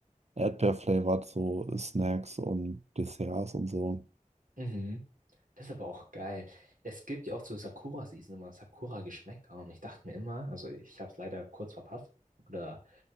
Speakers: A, on the right; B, on the right.
A: Erdbeer-flavored so Snacks und Desserts und so.
B: Mhm. Das ist aber auch geil. Es gibt ja auch zur Sakura-Season immer Sakura-Geschmäcker und ich dachte mir immer, also ich habe es leider kurz verpasst oder